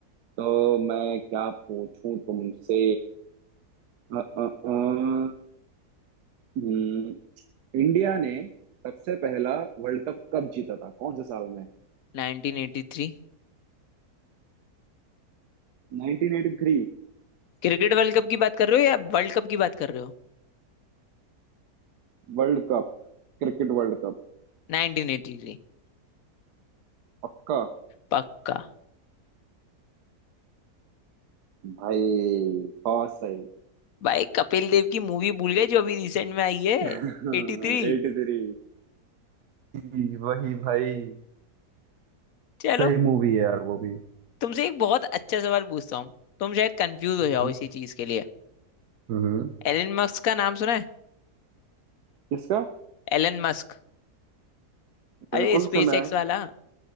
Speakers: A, on the right; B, on the left.
A: तो मैं क्या पूछूं तुमसे अ, अ, अ, हम्म, इंडिया ने सबसे पहला वर्ल्ड कप कब जीता था कौन से साल में
B: 1983
A: 1983
B: Cricket world cup की बात कर रहे हो या वर्ल्ड कप की बात कर रहे हो
A: World cup cricket world cup
B: 1983
A: पक्का
B: पक्का
A: भाई बहुत सही
B: भाई कपिल देव की मूवी भूल गए जो अभी रिसेंट में आई है
A: <laughs>
B: 83
A: 83 जी, वही भाई
B: चलो
A: सही मूवी है यार वो भी
B: तुमसे एक बहुत अच्छा सवाल पूछता हूँ तुम शायद कंफ्यूज हो
A: हम्म
B: जाओ इसी चीज के लिए
A: हम्म।
B: एलन मस्क का नाम सुना है
A: किसका
B: Elon Musk
A: बिल्कुल
B: अरे स्पेस
A: सुना
B: एक्स
A: है
B: वाला